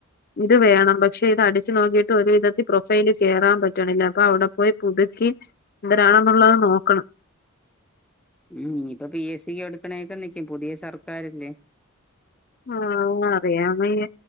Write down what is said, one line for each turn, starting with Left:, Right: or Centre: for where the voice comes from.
Left: ഇത് വേണം പക്ഷെ ഇത് അടിച്ചു നോക്കീട്ട് ഒരു വിധത്തിൽ പ്രൊഫൈല് കേറാൻ പറ്റണില്ല അപ്പൊ അവിടെ പോയി പുതുക്കി എന്തരാണെന്നുള്ളത് നോക്കണം
Centre: ഉം ഇനിപ്പൊ പി എസ് സി എടുക്കണേക്കെ നിക്കും പുതിയ സർക്കാരല്ലേ
Left: ആഹ് അറിയാൻവയ്യ